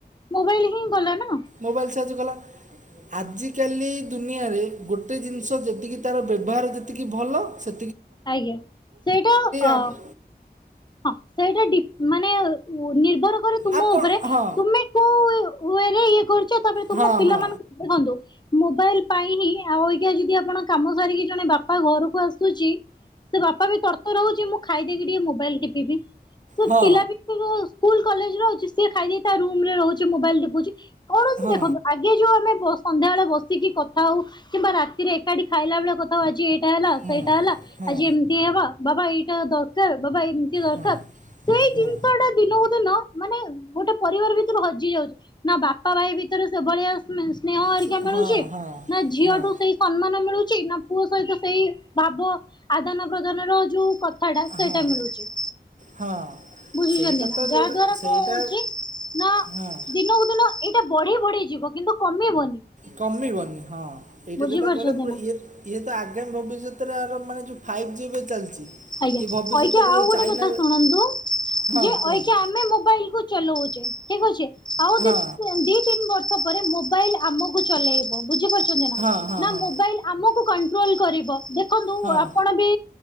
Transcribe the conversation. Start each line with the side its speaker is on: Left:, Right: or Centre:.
Left: ମୋବାଇଲ୍ ହିଁ କଲାନା।
Right: ମୋବାଇଲ ସାହାଯ୍ୟ କଲା ଆଜିକାଲି ଦୁନିଆରେ ଗୋ ଗୋଟେ ଜିନିଷ ଯେତିକି ତାର ବ୍ୟବହାର ଯେତିକି ଭଲ ସେ
Left: ଆଜ୍ଞା ସେଇଟା ଅ
Right: ଆପ-
Left: ହଁ ସେଇଟା ଡି ମାନେ ନିର୍ଭର କରେ ତୁମ
Right: ଆପଣ
Left: ଉପରେ
Right: ହଁ
Left: ତୁମେ ହୁଏରେ ଇଏ କରୁଚ ତାପରେ ତୁମ
Right: ହଁ
Left: ପିଲାମାନ
Right: ହଁ
Left: ଦେଖନ୍ତୁ ମୋବାଇଲ ପାଇଁ ହିଁ ଆଉ ଆଜ୍ଞା ଯଦି ଆପଣ କାମ ସାରିକି ଜଣେ ବାପା ଘରକୁ ଆସୁଛି। ସେ ବାପା ବି ତର୍ ତର୍ ରହୁଛି ମୁଁ ଖାଇଦେଇକି ଟିକେ ମୋବାଇଲ ଟିପି ବି ସେ
Right: ହଁ
Left: ପିଲା ବି ସ୍କୁଲ କଲେଜ ରହୁଛି ସେ ଖାଇଦେଇ ତା ରୁମ ରେ ରହୁଛି ମୋବାଇଲ ଟିପୁଛି କୌଣସି
Right: ହଁ
Left: ଦେଖନ୍ତୁ ଇଏ ଯୋଉ ଆମେ ସନ୍ଧ୍ୟାବେଳେ ବସିକି କଥା ହଉ କିମ୍ବା ରାତିରେ। ଏକାଠି ଖାଇଲା ବେଳେ କଥାହଉ ଆଜି ଏଇଟା ହେଲା
Right: ହଁ
Left: ସେଇଟା ହେଲା।
Right: ହଁ ହଁ
Left: ଆଜି ଏମିତି ହବା ବାବା ଏଇଟା ଦରକାର ବାବା ଏମିତି ଦରକାର।
Right: ହଁ ହଁ
Left: ସେଇ ଜିନିଷ
Right: ହଁ
Left: ଟା ଦିନକୁ ଦିନ ମାନେ ଗୋଟେ ପରିବାର ଭିତରୁ ହଜି ଯାଉଛି। ନା ବାପା ଭାଇ ବି ସେଭଳିଆ ସ୍ନେହ ଆରିକା
Right: ସ-
Left: ମିଳୁଛି
Right: ହଁ ହଁ
Left: ନା ଝିଅଠୁ
Right: ହଁ
Left: ସେଇ ସମ୍ମାନ ମିଳୁଛି ନା ପୁଅ ସହିତ ସେଇ ଭାବ ଆଦାନ ପ୍ରଦାନ ର ଯୋଉ କଥାଟା ସେଇଟା
Right: ହଁ
Left: ମିଳୁଛି।
Right: ହଁ
Left: ବୁଝିଛନ୍ତି
Right: ସେଇଟା
Left: ନା
Right: ତ
Left: ଯାହା
Right: ଯେଉଁଟା
Left: ଦ୍ଵାରା
Right: ସେଇଟା
Left: କଣ ହଉଛି? ନା
Right: ହଁ
Left: ଦିନକୁ ଦିନ ଏଇଟା ବଢି ବଢି ଯିବ କିନ୍ତୁ କମିବନି।
Right: କମିବନି ହଁ ଏଇଟା
Left: ବୁଝିପାରୁଛନ୍ତି
Right: ଯୋଉଟା କହିଲେ ପୁରା
Left: ନା
Right: ଇଏ ଇଏ ତ ଆଗାମୀ ଭବିଷ୍ୟତରେ ଆର ମାନେ ଯେଉଁ ଫାଇଭ୍ ଜି ବି ଚାଲିଛି।
Left: ଆଜ୍ଞା
Right: ଇଏ ଭବିଷ୍ୟତରେ
Left: ହଜ୍ଞେ ଆଉ
Right: ଯେଉଁ
Left: ଗୋଟେ
Right: ଚାଇନା
Left: କଥା ଶୁଣନ୍ତୁ।
Right: ହଁ
Left: ଯେ
Right: କୁହନ୍ତୁ
Left: ଆମେ ମୋବାଇଲ କୁ ଚଲଉଛେ ଠିକ ଅଛେ ଆଉ
Right: ହଁ
Left: ଦି ଦି ତିନି ବର୍ଷ ମୋବାଇଲ ଆମକୁ ଚଲେଇବ ବୁଝିପାରୁଛନ୍ତି ନା
Right: ହଁ ହଁ
Left: ନା
Right: ହଁ
Left: ମୋବାଇଲ ଆମକୁ କଣ୍ଟ୍ରୋଲ କରିବ ଦେଖନ୍ତୁ
Right: ହଁ
Left: ଆପଣ ବି